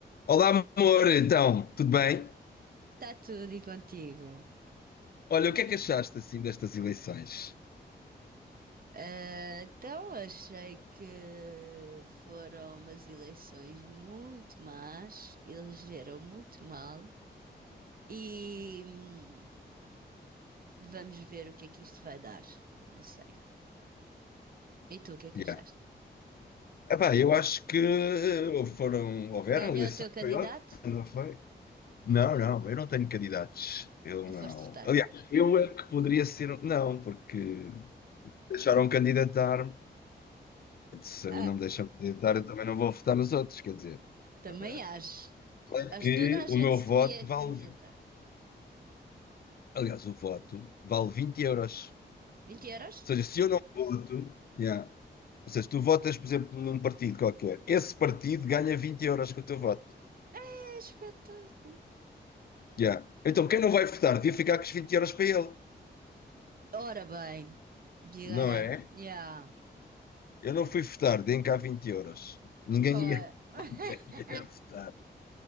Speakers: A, on the left (about 55°); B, on the right (about 55°).
A: Olá, amor, então, tudo bem?
B: Está tudo e contigo.
A: Olha, o que é que achaste assim destas eleições?
B: Ah, então, achei que foram umas eleições muito más, elegeram muito mal e hum, vamos ver o que é que isto vai dar. Não sei. E tu, o que é que
A: Yeah.
B: achaste?
A: Epá, eu acho que foram, houveram
B: Ganhou
A: eleições,
B: o teu candidato?
A: foi ontem, não foi? Não, não, eu não tenho candidatos. Eu
B: Não
A: não.
B: foste votar?
A: Aliás, eu é que poderia ser. um- Não, porque deixaram candidatar-me. Se
B: Ah,
A: a mim não me deixam candidatar, eu também não vou votar nos outros, quer dizer.
B: também
A: Agora,
B: acho.
A: Claro
B: Acho
A: que
B: que toda a gente
A: o meu
B: se
A: voto
B: devia
A: vale.
B: candidatar.
A: Aliás, o voto vale 20 euros.
B: vinte euros?
A: seja, se eu não voto, yeah. Ou seja, tu votas, por exemplo, num partido qualquer, esse partido ganha 20 euros com o teu voto.
B: É espetáculo.
A: Yeah. Então, quem não vai votar devia ficar com os vinte euros para ele,
B: Ora bem, de
A: não
B: ganhar.
A: é?
B: Yeah.
A: Eu não fui votar, deem cá 20 euros. Ninguém
B: Ora.
A: ia,
B: <laughs>
A: <laughs> ninguém ia votar.